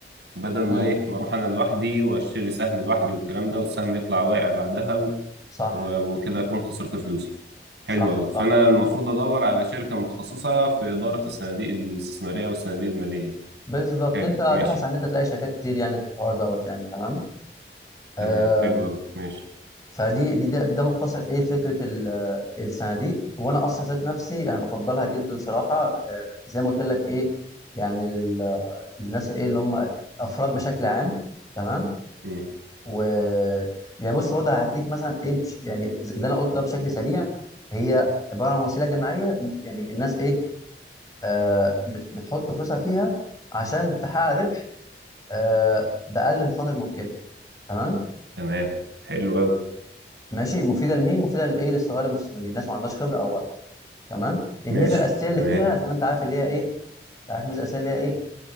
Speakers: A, on the right (about 75°); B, on the left (about 20°).
A: بدل ما
B: امم
A: ايه ما اروح انا لوحدي واشتري سهم لوحدي والكلام ده والسهم يطلع واقع بعدها و-
B: صح
A: و- وكده اكون خسرت فلوسي حلو
B: صح
A: قوي
B: صح
A: فانا المفروض ادور على شركه متخصصه في اداره الصناديق الاستثماريه والصناديق الماليه دي.
B: بالظبط
A: حلو
B: انت هتبحث
A: ماشي
B: عن إن انت تلاقي شركات كتير يعني في الحوار دوت يعني تمام آه
A: تمام حلو قوي ماشي
B: فدي دي ده, ده مختصر ايه فكره ال- آه، الصناديق وانا اصلا ذات نفسي انا بفضلها جدا صراحه آه، زي ما قلت لك ايه يعني لل- آه، للناس ايه اللي هم افراد بشكل عام تمام
A: مم.
B: و يعني بص برضه هديك مثلا ايه بش- يعني زي اللي انا قلته ده بشكل سريع هي عباره عن وسيله جماعيه يعني الناس ايه آه بت- بتحط فلوسها فيها عشان تحقق ربح آه باقل مخاطر ممكنه تمام
A: تمام حلو قوي
B: ماشي مفيده لمين مفيده لايه للصغار المستثمرين الناس ما عندهاش خبره او تمام الميزه
A: ماشي
B: الاساسيه اللي
A: تمام
B: فيها زي ما انت عارف اللي هي ايه انت عارف الميزه الاساسيه اللي هي ايه